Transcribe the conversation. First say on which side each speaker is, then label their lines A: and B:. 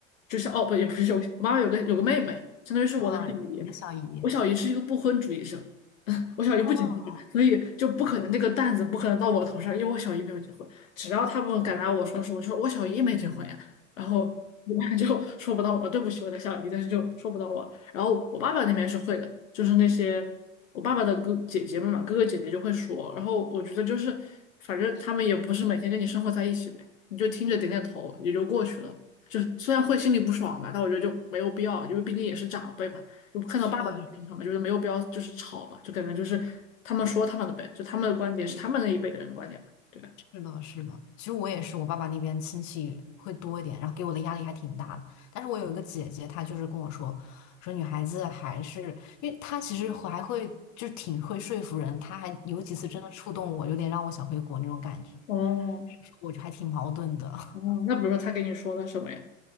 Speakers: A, on the left (about 75°); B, on the left (about 45°).
A: 就是哦不也不是有，我妈妈有个有个妹妹，相当于是我的小姨，
B: 啊，你的小姨。
A: 我小姨是一个不婚主义者，<laughs> 我小姨不结婚，
B: 啊，
A: 所以就不可能那个担子不可能到我头上，因为我小姨没有结婚，只要他们敢拿我说事，我就说我小姨没结婚呀，然后我妈就说不到我，对不起我的小姨，但是就说不到我，然后我爸爸那边是会的，就是那些。我爸爸的哥姐姐们嘛，哥哥姐姐就会说，然后我觉得就是，反正他们也不是每天跟你生活在一起呗，你就听着点点头也就过去了。就虽然会心里不爽吧，但我觉得就没有必要，因为毕竟也是长辈嘛，就看到爸爸的立场嘛，
B: 去。
A: 就是没有必要就是吵吧，就感觉就是他们说他们的呗，就他们的观点是他们那一辈的人的观点嘛，对吧？
B: 是的，是的。其实我也是，我爸爸那边亲戚会多一点，然后给我的压力还挺大的。但是我有一个姐姐，她就是跟我说，说女孩子还是，因为她其实还会就挺会说服人，她还有几次真的触动我，有点让我想回国那种感觉。
A: 哦，
B: 我就还挺矛盾的。
A: 哦，
B: <laughs>
A: 那比如说他给你说了什么呀？